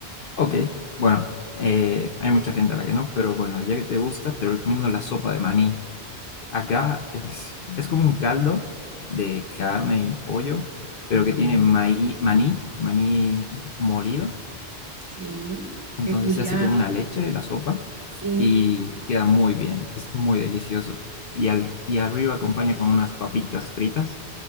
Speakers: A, on the left; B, on the right.
A: Ok, bueno, eh, hay mucha gente a la que no, pero bueno, ya que te gusta, te recomiendo la sopa de maní. Acá es, es como un caldo de carne y pollo, pero que tiene maí, maní, maní molido.
B: sí.
A: Entonces
B: Peculiar.
A: se hace como una leche la sopa
B: Sí,
A: y queda muy bien, es muy delicioso. Y, al, y arriba acompaña con unas papitas fritas